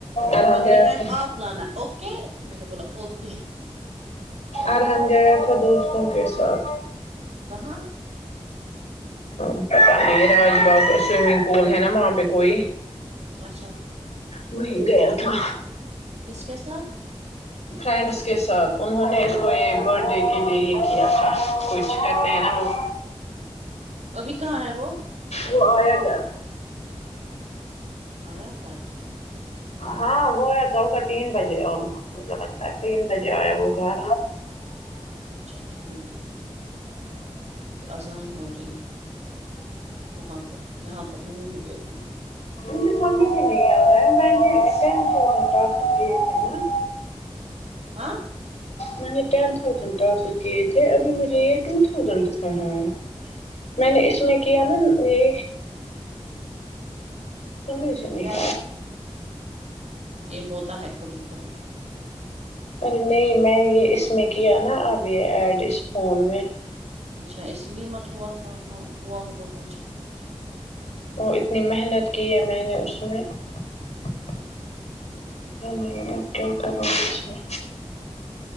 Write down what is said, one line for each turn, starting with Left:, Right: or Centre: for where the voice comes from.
Left: ارحان
Right: اگلے
Left: گیا
Right: ٹائم
Left: تھا
Right: آپ لانا اوکے اک میں نے بولا اوکے
Left: ارہن گیا تھا دوستوں کے ساتھ
Right: کہاں
Left: <unintelligible>
Right: اچھا
Left: وہیں گیا تھا
Right: اس کے ساتھ
Left: فرینڈس کے ساتھ انہوں نے اس کو یہ برت ڈے کے لیے یہ کیا تھا کچھ کہتے ہیں نا وہ
Right: ابھی کہاں ہے وہ
Left: وہ آیا گھر
Right: آیا گ ٹھیک
Left: ہاں وہ ہےیا تو گھر تین بجے آلموسٹ مجھے لگتا ہے تین بجے آیا وہ گھر
Right: اچھا ٹھیک آذان ہو رہی ہے وہاں پر یہاں پر نہیں ہوئے ابھی
Left: مجھے سمجھ ہی نہیں آ رہا ہے میں نے ٹین تھازینڈ ٹاسک کیے تھے نا
Right: ہاں
Left: میں نے ٹین تھازینڈ ٹاسک کیے تھے ابھی مجھے یہ ٹو تھاؤزین دکھا رہا ہے میں نے اس میں کیا نا یہ سمج سے
Right: کیا
Left: نہیں
Right: یہ ہوتا ہے کبھی کبھی
Left: ارے نہیں میں نے یہ اس میں کیا نا اب یہ ایڈ اس فون میں
Right: اچھا اسی لیے مت ہوا تھا ہوا ہوگا کچھ
Left: <unintelligible>
Right: <unintelligible>
Left: نہیں کیا کروں ک اس میں